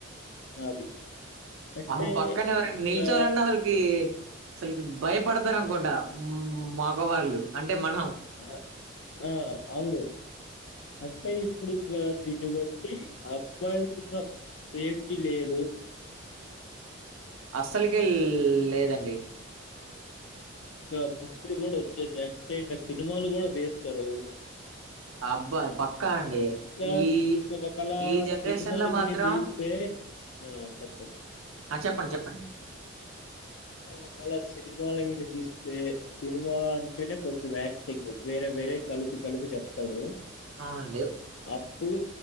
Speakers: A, on the left; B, on the right.
A: అది. అంటే
B: అహు పక్కన ఎవరైనా
A: ఇంకా
B: నిల్చోవాలన్నా అసలు కి అసలుకి భయపడతారు అనుకుంటా <unintelligible> మగవాళ్ళు అంటే మనం
A: ఆ ఆ అవును అంటయి ఇప్పుడు ఇంక దీన్ని బట్టి అబ్బాయిలకి ఇంకా సేఫ్టీ లేదు
B: అస్సలు కెల్ లేదండి
A: కా బుక్కులు కూడా వచ్చేసాయి తే ఇంగ సినిమాలు కూడా తీస్తారు
B: అబ్బాయి పక్కా అండి
A: ఇంకా
B: ఈ
A: ఇంకా ఒకలా
B: ఈ జనరేషన్
A: సినిమాలు
B: లో మాత్రం
A: గానీ తీస్తే ఆ చెప్పు
B: ఆ చెప్పండి చెప్పండి
A: క ఒకలా సినిమాలు గనీ తీస్తే సినిమా అంటేనే కొంచెం యాక్టింగ్ వేరే వేరే కలిపి కలిపి చెప్తాడు
B: అవునండి
A: అప్పుడు